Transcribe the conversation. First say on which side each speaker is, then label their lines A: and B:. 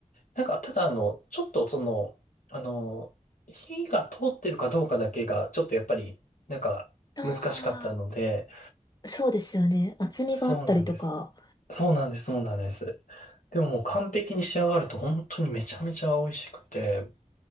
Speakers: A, on the left; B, on the left.
A: なんかただあの、ちょっとその、あの、火が通ってるかどうかだけが、ちょっとやっぱり、なんか難しかったので、
B: ああ、そうですよね。厚みがあったりとか。
A: そうなんです。そうなんです、そうなんです。でももう完璧に仕上がると本当にめちゃめちゃ美味しくて、